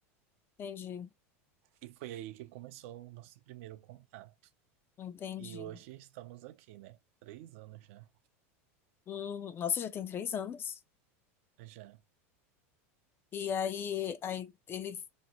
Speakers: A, on the left; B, on the right.
A: Entendi.
B: E foi aí que começou o nosso primeiro contato.
A: Entendi.
B: E hoje estamos aqui, né? Três anos já.
A: Uhum. Nossa, já tem três anos.
B: Já.
A: E aí, aí ele